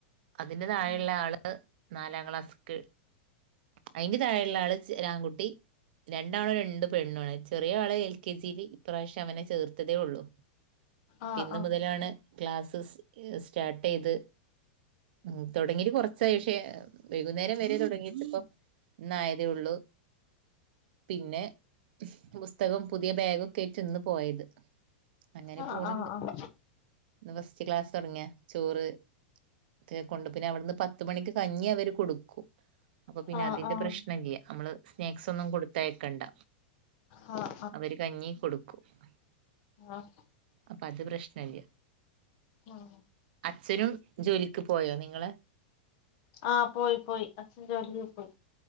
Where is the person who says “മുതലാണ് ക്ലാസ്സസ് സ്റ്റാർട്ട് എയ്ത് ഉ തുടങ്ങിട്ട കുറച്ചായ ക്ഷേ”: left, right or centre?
Right